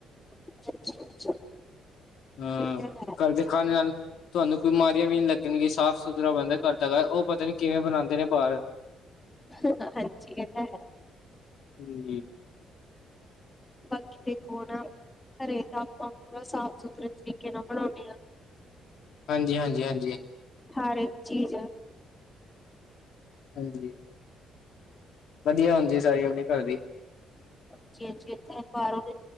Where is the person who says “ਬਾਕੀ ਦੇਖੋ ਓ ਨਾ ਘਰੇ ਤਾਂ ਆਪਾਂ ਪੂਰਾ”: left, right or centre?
Left